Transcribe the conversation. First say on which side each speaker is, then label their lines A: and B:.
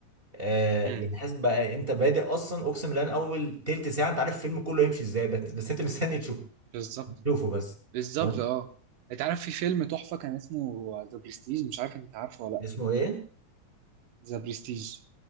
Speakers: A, on the right; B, on the right.
A: آه
B: امم
A: يعني حاسس بقى انت بادئ اصلا اقسم بالله من اول تلت ساعه انت عارف الفيلم كله هيمشي ازاي بس, بس انت مستني تشوف
B: بالظبط
A: تشوفه بس
B: بالظبط
A: تمام؟
B: اه انت عارف في فيلم تحفه كان اسمه ذا برستيج مش عارف انت عارفه ولا لا
A: اسمه ايه؟
B: ذا برستيج